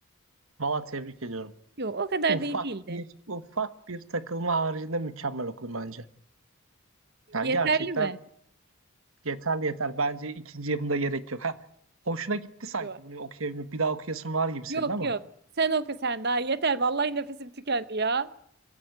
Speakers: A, on the right; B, on the right.
A: Valla tebrik ediyorum.
B: Yok o kadar
A: Ufak
B: da iyi değildi.
A: bir ufak bir takılma haricinde mükemmel okudum bence. Yani
B: Yeterli
A: gerçekten
B: mi?
A: yeterli yeter. Bence ikinci yapımda gerek yok. Ha, hoşuna gitti sanki
B: Yok.
A: bunu okuyabilmek. Bir daha okuyasın var gibi senin
B: Yok
A: ama.
B: yok. Sen oku sen daha yeter. Vallahi nefesim tükendi ya.